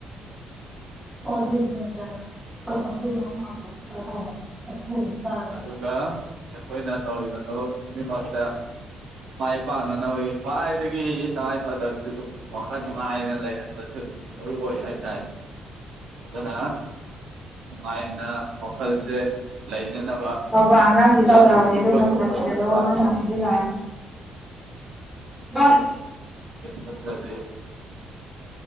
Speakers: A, in the centre; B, on the right.
A: <unintelligible>
B: ꯑꯗꯨꯒ ꯑꯩꯈꯣꯏꯅ ꯇꯧꯔꯤꯕ ꯊꯕꯛ ꯈꯨꯗꯤꯡꯃꯛꯇ ꯃꯥꯏ ꯄꯥꯛꯅꯅꯕꯒꯤ ꯈ꯭ꯋꯥꯏꯗꯒꯤ ꯇꯉꯥꯏꯐ ꯗꯕꯁꯨ ꯋꯥꯈꯜ ꯅꯨꯡꯉꯥꯏꯅ ꯂꯩꯍꯟꯕꯁꯨ ꯃꯔꯨ ꯑꯣꯏ ꯍꯥꯏꯇꯥꯔꯦ ꯑꯗꯨꯅ ꯅꯨꯡꯉꯥꯏꯅ ꯋꯥꯈꯜꯁꯦ ꯂꯩꯅꯅꯕ
A: ꯆꯥꯎꯕ ꯑꯉꯥꯡꯖꯦ
B: ꯂꯝ
A: ꯆꯥꯎꯔꯛꯑꯕꯅꯦ
B: ꯇꯨꯔ
A: ꯑꯗꯨ
B: ꯀꯣꯏꯊꯣꯛꯄ
A: ꯃꯁꯛ ꯐꯥꯖꯗꯕ
B: ꯆꯠꯄ
A: ꯋꯥꯉꯥꯡꯁꯥꯉꯥꯡ ꯁꯤꯖꯤꯟꯅꯅꯨ <unintelligible>
B: ꯑꯗꯨ ꯅꯠꯇ꯭ꯔꯥꯗꯤ